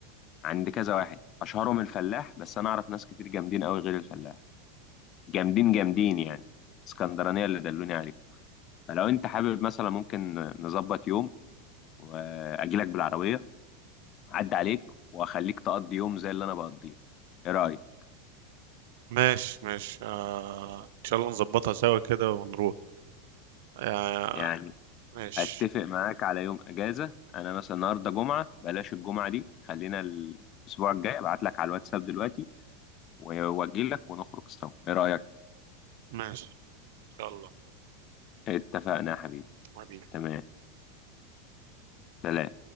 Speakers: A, on the left; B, on the right.
A: عند كذا واحد اشهرهم الفلاح بس انا اعرف ناس كتير جامدين قوي غير الفلاح جامدين جامدين يعني اسكندرانية اللي دلوني عليهم فلو انت حابب مثلا ممكن نظبط يوم واجيلك بالعربية اعدي عليك واخليك تقضي يوم زي اللي انا بقضيه ايه رأيك
B: ماشي ماشي آه ان شاء الله نظبطها سوا كده ونروح آه
A: يعني
B: ماشي
A: اتفق معاك على يوم اجازة انا مثلا النهاردة جمعة بلاش الجمعة دي خلينا الاسبوع الجاي ابعت لك على الواتساب دلوقتي و- واجيلك ونخرج سوا ايه رأيك
B: ماشي ان شاء الله
A: اتفقنا يا حبيبي
B: حبيبي
A: تمام سلام